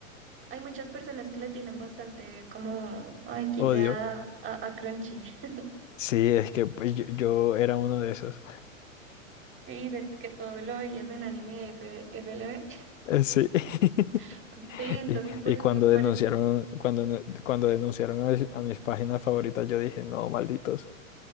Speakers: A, on the right; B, on the left.
A: Hay muchas personas que le tienen bastante como, ay, quité
B: odio.
A: a, a, a Crunchy. <laughs>
B: Sí, es que pues, yo, yo era uno de esos.
A: Sí, de que todo lo veías en anime F- FLV.
B: Eh, Sí. <laughs>
A: <laughs> Sí, entonces
B: Y,
A: por
B: y
A: eso,
B: cuando denunciaron,
A: por eso.
B: cuando, no- cuando denunciaron a, mis a mis páginas favoritas, yo dije, no, malditos.